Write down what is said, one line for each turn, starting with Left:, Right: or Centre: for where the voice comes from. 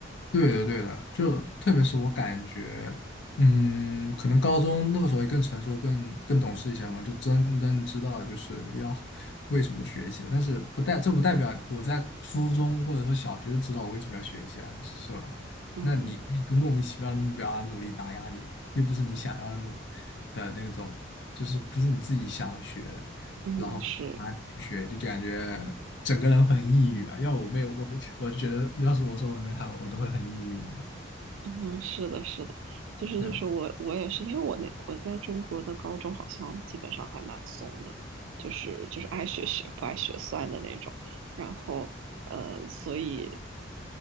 Left: 对的，对的，就特别是我感觉，嗯，可能高中那个时候也更成熟、更更懂事一些嘛，就真正知道就是要为什么学习。但是不代这不代表我在初中或者说小学就知道我为什么要学一些啊，是吧？
Right: 嗯
Left: 那你一个莫名其妙的目标啊，努力打压你，又不是你想要的努的那种，就是不是你自己想学的，
Right: 嗯，
Left: 然后啊去学，
Right: 是。
Left: 就感觉整个人很抑郁啊。要我没有我，我就觉得要是我说我妹她，我都会很抑郁，你懂？
Right: 嗯，是的，是的，就是就是我我也是，
Left: 对啊。
Right: 因为我那我在中国的高中好像基本上还蛮松的，就是就是爱学学不爱学算的那种，然后呃，所以